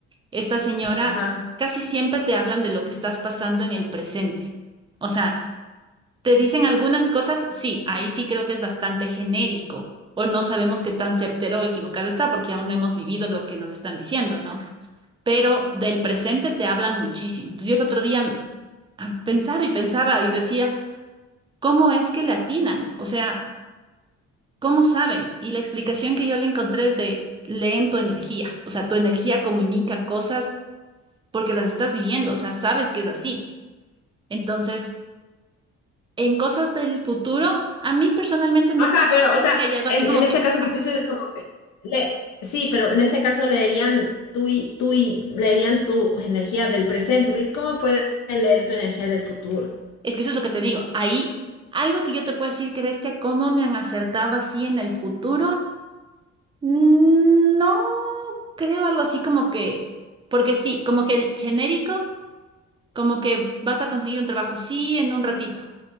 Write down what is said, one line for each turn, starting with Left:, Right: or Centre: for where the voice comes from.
Right: esta señora
Left: Ajá.
Right: casi siempre te hablan de lo que estás pasando en el presente. O sea, te dicen algunas cosas, sí, ahí sí creo que es bastante genérico, o no sabemos qué tan certero o equivocado está porque aún no hemos vivido lo que nos están diciendo, ¿no? Pero del presente te hablan muchísimo. Entonces yo el otro día ah, pensaba y pensaba y decía... ¿cómo es que le atinan? O sea, ¿cómo saben? Y la explicación que yo le encontré es de leen tu energía. O sea, tu energía comunica cosas porque las estás viviendo, o sea, sabes que es así. Entonces, en cosas del futuro, a mí personalmente no
Left: Ajá,
Right: te puedo
Left: pero
Right: decir
Left: o sea,
Right: que hay algo así
Left: en,
Right: como
Left: en
Right: que
Left: ese caso
Right: ¡paz!
Left: que tú dices es como que le, sí, pero en ese caso leerían tú y tú y leerían tu energía del presente, pero ¿y cómo pueden leer tu energía del futuro?
Right: Es que eso es lo que te digo. Ahí, algo que yo te puedo decir que bestia, cómo me han acertado así en el futuro, Mm, no creo algo así como que, porque sí, como gen- genérico. Como que vas a conseguir un trabajo, sí, en un ratito.